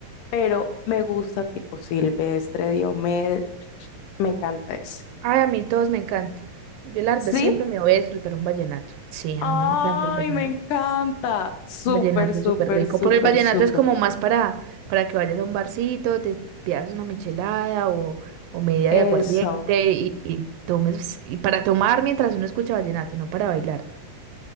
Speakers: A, on the left (about 80°); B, on the right (about 80°).
A: Pero me gusta tipo Silvestre, Diomedes, me encanta eso.
B: Ay, a mí todos me encanta. Yo, la
A: ¿Sí?
B: verdad, siempre me voy a disfrutar un vallenato. Sí, a
A: Ay,
B: mí me encanta el vallenato.
A: me encanta. Súper,
B: Vallenato
A: súper,
B: es súper rico.
A: súper,
B: Pero el vallenato
A: súper.
B: es como más para, para que vayas a un barcito, te pidas una michelada o, o media
A: Eso.
B: de aguardiente y, y tomes, y para tomar mientras uno escucha vallenato, no para bailar.